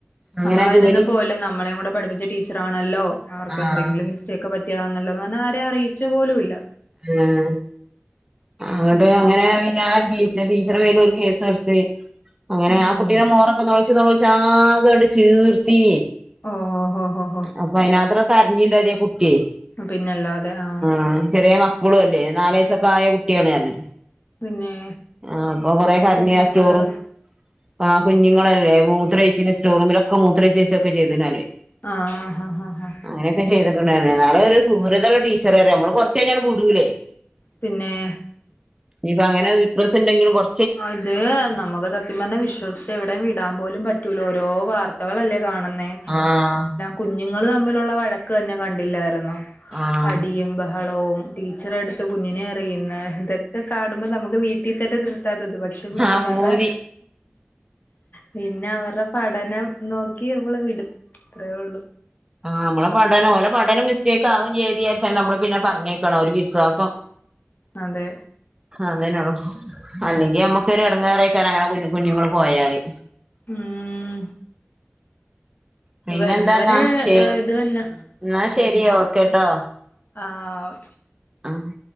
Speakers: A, on the right; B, on the left.
A: അങ്ങനെ
B: നമ്മള
A: ആ
B: അതിനൊന്ന
A: ജോലി
B: പോല്ലേ നമ്മളെ കൂടെ പഠിപ്പിച്ച ടീച്ചറാണല്ലോ അവർക്ക്
A: ആഹ്
B: എന്തെങ്കിലും മിസ്റ്റേക്കെ പറ്റ ന്നല്ലോന്ന് പറഞ്ഞാ ആരെ അറിയിച്ച പോലും ഇല്ല
A: ഉം <unintelligible> അങ്ങോട്ട്
B: അങ്ങനെയൊക്കെ
A: അങ്ങനെ പിന്നെ ടീച്ചാ ടീച്ചറ പേല ഒരു കേസ് എടുത്ത് അങ്ങനെ
B: ഉം
A: ആ കുട്ടീടെ
B: ഉം
A: മോറൊക്കെ നൊളച്ച് നൊളച്ച് ആകണ്ട് ചീർത്തി
B: ഓഹോ ഹൊ
A: അപ്പൊ അതിനത്ര കരഞ്ഞിണ്ട അതേ കുട്ട്യേ
B: പിന്നെ അല്ലാതെ ആ
A: ആ ചെറിയ മക്കളും അല്ലേ നാല വയസൊക്കെ ആയ കുട്ടിയാണ് കല്
B: പിന്നെ
A: ആഹ് അപ്പൊ കൊറെ കരഞ്ഞ്
B: കുഞ്ഞുങ്ങള്
A: അ സ്റ്റോറ് ആഹ് കുഞ്ഞുങ്ങളല്ലേ മൂത്രയിച്ചിന് സ്റ്റോറൂമിലൊക്കെ മൂത്രഴച്ചൊക്കെ ചെയ്ത്ണിറിയ
B: ആഹ് ഹ ഹാ
A: അങ്ങനെക്കെ ചെയ്ത്ക്ക്ണർഞ്ഞേ നാളെ ഒരു ദൂരതള്ള ടീച്ചർ ആല്ലേ നമ്മള് കൊറച്ചയിഞ്ഞാൽ വിടുലേ
B: പിന്നെ
A: ഇപ്പൊ അങ്ങനെ വിക്രസ് ഇണ്ടെങ്കിലും കൊറ
B: അത് നമുക്ക് സത്യം പറഞ്ഞ വിശ്വസിിച്ചച്ച് എവിടയും വിടാൻ പോലും പറ്റൂല ഓരോ വാർ ത്തകളല്ലേ കാണുന്നേ
A: ആഹ്
B: കുഞ്ഞുങ്ങള് തമ്മിലുള്ള വഴക്ക് തന്നെ കണ്ടില്ലായിര്ന്നോ
A: ആഹ്
B: അടിയും ബ ളോവും ടീച്ചറെട്ത്ത് കുഞ്ഞിനെ എറിയ്ന്ന് ഇതൊക്കെ കാണുമ്പോ നമുക്ക് വീട്ടിൽ തന്നെ നിർ ത്താ തൊന്ന് പക്ഷെ പിന്നെ
A: ആഹ്
B: അവര്ടെ
A: പൂതി
B: പിന്നെ അവര്ടെ പഠനം നോക്കി നമ്മള് വിടും അത്രേ ഒള്ളൂ
A: ആഹ് നമ്മളെ പഠനം ഓലെ പഠന മിസ്റ്റേക്ക് ആകും ചെയര്തച്ച നമ്മള് പിന്നെ പറഞ്ഞേക്ക്ണ ഒരു വിശ്വാസം
B: അതെ
A: അതനെയള്ളു അല്ലെങ്കിൽ നമ്മുക്കൊരു എടങ്ങെറക്കര അങ്ങനെ കു കുഞ്ഞുങ്ങൾ പോയല്
B: ഉം
A: പിന്നെന്താന്നാ
B: വരുന്നവരെ
A: ശരി
B: ഇത് തന്നെ
A: ന്നാ ശെരി ഓക്കെ ട്ടോ
B: ആഹ്
A: അഹ്